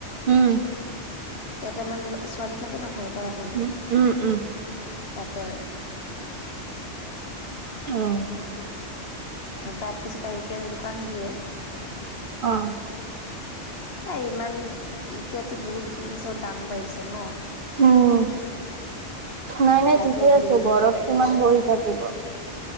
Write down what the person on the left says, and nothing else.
কেইটামান ছোৱালী থাকে ন ঘৰ ভাৰা কৰি-
তাতে ৰান্ধে-
অ তাৰ পিছত আহি কেনে দোকান দিয়ে-
এ ইমান এতিয়াতো বহুত জিনিছৰ দাম বাঢ়িছে ন-
লাইটৰ
বিল
দিব
লাগিব।